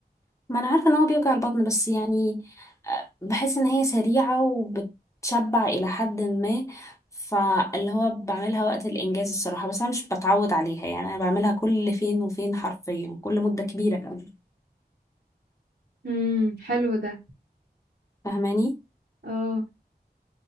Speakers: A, on the left; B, on the right.
A: ما انا عارفه ان هو بيوجع البطن بس يعني آه، بحس ان هي سريعه وبتشبع الى حد ما فاللي هو بعملها وقت الانجاز الصراحه بس انا مش بتعود عليها يعني انا بعملها كل فين وفين حرفيا كل مده كبيره قوي
B: امم حلو ده
A: فاهماني
B: اه